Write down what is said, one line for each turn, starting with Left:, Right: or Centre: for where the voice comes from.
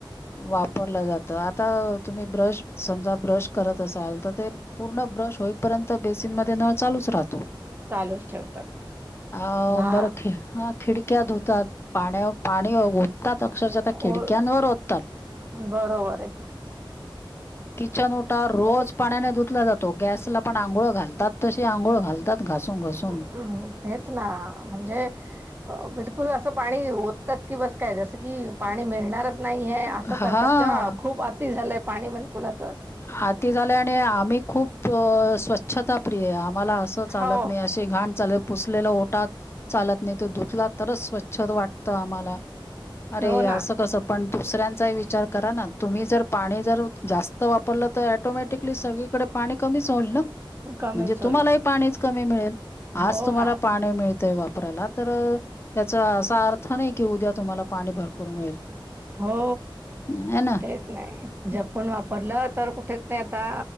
Left: वापरलं जातं आता तुम्ही ब्रश समजा ब्रश करत असाल तर ते पूर्ण ब्रश होईपर्यंत बेसिन मध्ये नळ चालूच राहतो
Right: चालूच ठेवतात.
Left: आ...
Right: ला
Left: बरं.... ठेव.. खिडक्या धुतात पाण्या पाणी ओततात अक्षरशः
Right: हो
Left: त्या खिडक्यांवर ओत
Right: बरोबर ए
Left: किचन ओटा रोज पाण्याने धुतला जातो गॅसला पण आंघोळ घालतात तशी आंघोळ घाल घासून घासून
Right: <inaudible> तेच ना... म्हणजे बिलकुल असं पाणी ओततात... की बस काय जसं की पाणी मिळणारच नाही ए
Left: हां.
Right: असं करतात किंवा खूप अति झालंय पाणी बिलकुलच
Left: आती झालंय आणि आम्ही खूप स्वच्छता प्रियए मला असं चालत
Right: हो
Left: नाही अशी घाण चालेल पुसलेला ओटा चालत नाही तो धुतला तरच स्व च्छ वाटतं आम्हाला... अरे
Right: हो
Left: असं
Right: ना
Left: कसं पण दुसऱ्यांचाही विचार करा ना... तुम्ही जर... पाणी जर... जा वापरलं तर ॲटोमॅटिकली सगळीकडे पाणी कमीच होईल ना...
Right: कमीच
Left: म्हणजे तुम्हालाही
Right: होईल
Left: पाणी कमी मिळेल
Right: हो
Left: आज तुम्हाला
Right: ना
Left: पाणी मिळ ळतंय वापरायला तर त्याचा असा अर्थ नाही कि उद्या तुम्हाला पाणी भरपूर मिळेल
Right: हो
Left: आहे ना.
Right: तेच नाही जपून वाप भरलं तर कुठं ते आता